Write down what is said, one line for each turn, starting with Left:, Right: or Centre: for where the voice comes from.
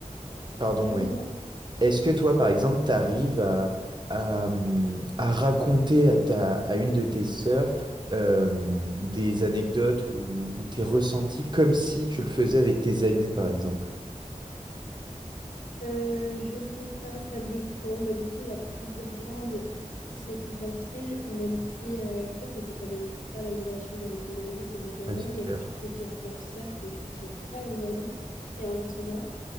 Right: pardon,
Left: Oui,
Right: ouais.
Left: dis-moi.
Right: Est-ce que toi, par exemple, t'arrives à, à, hum, à raconter à ta, à une de tes sœurs euh, des anecdotes ou, ou tes ressentis comme si tu le faisais avec tes amis, par exemple?
Left: Euh, je sais pas, ça dépend. Bah, du coup, la plus grande, c'est plus facile, même si euh, je trouve que c'est quand même pas la même relation qu'avec une amie, c'est différent.
Right: Ouais, c'est
Left: Il
Right: clair.
Left: y a des choses que je dirais à ma sœur que je dirais pas à une amie, et inversement.